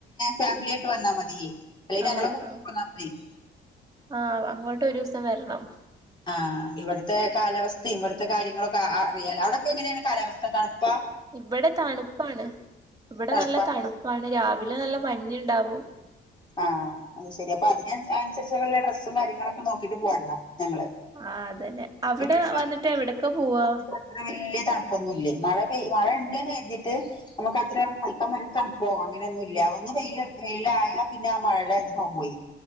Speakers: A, on the left (about 25°); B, on the right (about 20°).
A: ഫാമിലിയ ആയിട്ട് വന്നാൽ മതിയേ അല്ലെ
B: ആഹ്
A: ഞങ്ങള് <inaudible>
B: ആഹ് ആഹ് അങ്ങോട്ട് ഒരു ദിവസം വരണം
A: ആഹ് ഇവിടുത്തെ കാലാവസ്ഥ ഇവിടുത്തെ കാര്യങ്ങളൊക്കെ അറിയാല അവിടെപ്പ എങ്ങനെയാണ് കാലാവസ്ഥ തണുപ്പ
B: ഇവിടെ തണുപ്പാണ് ഇവിടെ
A: തണുപ്പാ
B: നല്ല തണുപ്പാണ് രാവിലെ നല്ല മഞ്ഞുണ്ടാവും
A: ആഹ് അത് ശെരി അപ്പൊ അതിനന് അനുസരിച്ചള്ള ഡ്രസ്സും കാര്യങ്ങളൊക്കെ നോക്കിട്ട് പോരണം ഞങ്ങള്
B: ആഹ് അതന്നെ അവിടെ
A: ഇവിടെ
B: വന്നിട്ട് അവിടൊക്കെ പോവാ
A: ഇത് അത്ര വലിയ തണുപ്പൊന്നുല്ല മഴ പെയ മഴ ഇണ്ട്ന്ന് കരിതീട്ട് നമുക്ക് അത്ര കളിക്കാൻ വറ്റ തണുപ്പോ അങ്ങനെയൊന്നും ഇല്ല ഒന്ന് വെയില വെയിലായ പിന്നെ ആ മഴക്കെ പോയ് പോയി